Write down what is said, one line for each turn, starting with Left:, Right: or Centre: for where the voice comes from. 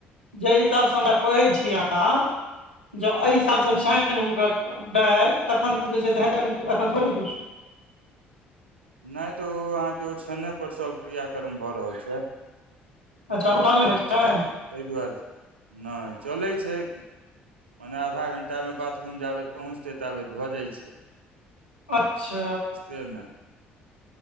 Left: जाहि हिसाब सँ हमरा कहैत छी, अहाँ जँ एहि हिसाब
Right: हूँ
Left: सँ छियनि हुनकर। जिस हिसाब से आप मुझे बता रहे हैं, अगर वह इसी हिसाब से उनके हैं तखन जे छै, से एखन थोड़े किछु
Right: नहि तऽ ओ अहाँक ओछैने पर सभ क्रियाक्रम भऽ रहल छै
Left: अच्छा, उठल नहि होइत छै
Right: ताहि दुआरे नहि चलैत छै माने आधा घण्टामे बाथरूम जाए पहुँचैत-पहुँचैत भऽ जाइ छै
Left: अच्छा
Right: त ने